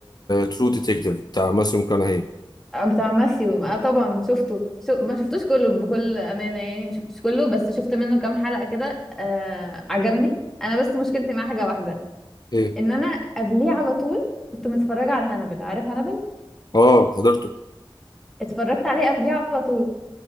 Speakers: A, on the left; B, in the centre.
A: ترو ديتكتيف بتاع ماسيو مكانهي
B: آه، بتاع ماثيو اه طبعا شفته شو ما شفتوش كله بكل امانه يعني ما شفتوش كله بس شفت منه كام حلقه كده آه عجبني انا بس مشكلتي مع حاجه واحده
A: ايه
B: ان انا قبليه على طول كنت متفرجه على هانبل عارف هانبل
A: اه حضرته
B: اتفرجت عليه قبليه على طول